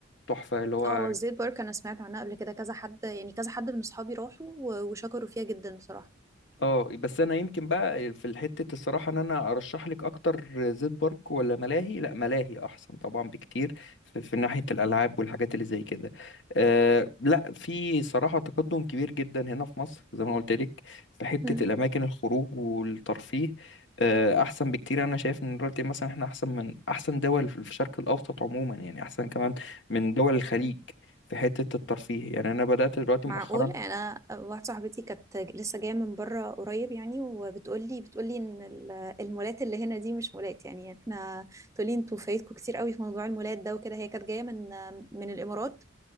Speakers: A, on the left (about 65°); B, on the right (about 15°).
A: تحفة اللي هو
B: اه زيت بارك انا سمعت عنها قبل كده كذا حد يعني كذا حد من اصحابي راحوا و- وشكروا فيها جدا بصراحة
A: اه بس انا يمكن بقى في حته الصراحه ان انا ارشح لك اكتر زيت بارك ولا ملاهي لا ملاهي احسن طبعا بكتير في, في ناحيه الالعاب والحاجات اللي زي كده أه لا في صراحه تقدم كبير جدا هنا في مصر زي ما قلت لك في حته
B: امم
A: الاماكن الخروج والترفيه أه احسن بكتير انا شايف ان دلوقتي مثلا احنا احسن من احسن دول في الشرق الاوسط عموما يعني احسن كمان من دول الخليج في حته الترفيه يعني انا بدات دلوقتي
B: معقول
A: مؤخرا
B: انا واحده صاحبتي كانت لسه جايه من بره قريب يعني وبتقولي بتقولي ان ال- المولات اللي هنا دي مش مولات يعني احنا تقولي انتوا فايتكم كتير قوي في موضوع المولات ده وكده هي كانت جايه من من الامارات